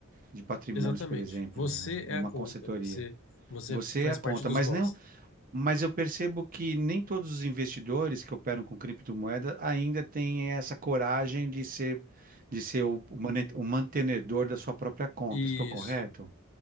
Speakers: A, on the right; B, on the left.
A: de patrimônios,
B: Exatamente.
A: por exemplo,
B: Você
A: né?
B: é
A: Ou Uma
B: a conta,
A: consultoria.
B: você, você
A: Você
B: faz
A: é a conta,
B: parte dos
A: mas
B: nós.
A: não, mas eu percebo que nem todos os investidores que operam com criptomoeda ainda têm essa coragem de ser, de ser o, mane- o mantenedor da sua própria conta.
B: Isso,
A: Estou correto?